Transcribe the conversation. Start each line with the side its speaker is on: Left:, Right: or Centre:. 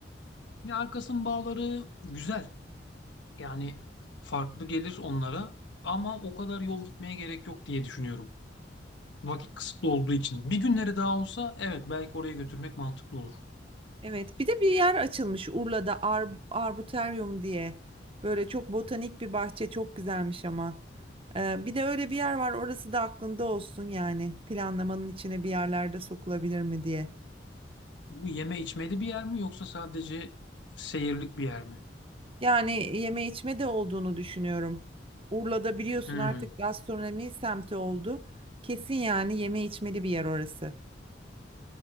Left: Ya arkasının bağları güzel. Yani farklı gelir onlara ama o kadar yol gitmeye gerek yok diye düşünüyorum. Vakit kısıtlı olduğu için. Bir günleri daha olsa evet belki oraya götürmek mantıklı olur.
Right: Evet bir de bir yer açılmış Urla'da Ar Arboretum diye. Böyle çok botanik bir bahçe çok güzelmiş ama. Ee, bir de öyle bir yer var orası da aklında olsun yani. Planlamanın içine bir yerlerde sokulabilir mi diye.
Left: Bu yeme içmeli bir yer mi yoksa sadece seyirlik bir yer mi?
Right: Yani yeme içme de olduğunu düşünüyorum. Urla'da biliyorsun
Left: Hmm.
Right: artık gastronomi semti oldu. Kesin yani yeme içmeli bir yer orası.